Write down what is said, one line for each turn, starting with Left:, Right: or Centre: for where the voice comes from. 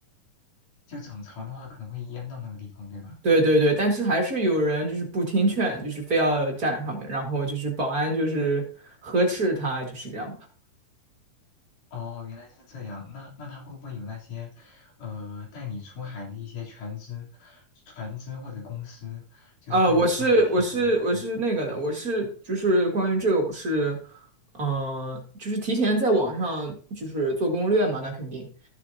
Left: 就涨潮的话可能会淹到那个地方，对吧？
Right: 对对对，但是还是有人就是不听劝，就是非要站上面，然后就是保安就是呵斥他，就是这样吧。
Left: 哦，原来是这样。那那他会不会有那些，呃，带你出海的一些船只、船只或者公司，就是带你出海去玩？
Right: 呃，我是我是我是那个的，
Left: 嗯，
Right: 我是就是关于这个，我是，嗯、就是提前在网上就是做攻略嘛，那肯定，